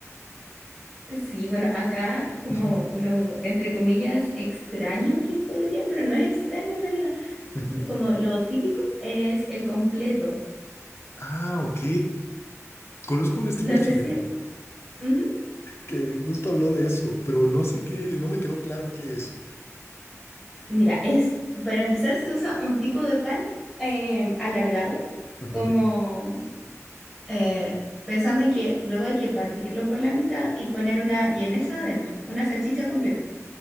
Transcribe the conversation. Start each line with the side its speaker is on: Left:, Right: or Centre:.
Centre: Sí, bueno, acá como
Left: <laughs>
Centre: lo, entre comillas, extraño que podría, pero no es extraño en realidad.
Left: Ujú.
Centre: Como lo típico es el completo.
Left: Ah, ok. Conozco un streamer
Centre: No
Left: chileno
Centre: sé si... ujú.
Left: que justo habló de eso, pero no sé qué, no me quedó claro qué es.
Centre: Mira, es, para empezar se usa un tipo de pan em, alargado,
Left: Ujú.
Centre: como eh, pensando en que luego hay que partirlo por la mitad y poner una vienesa adentro, una salchicha completa.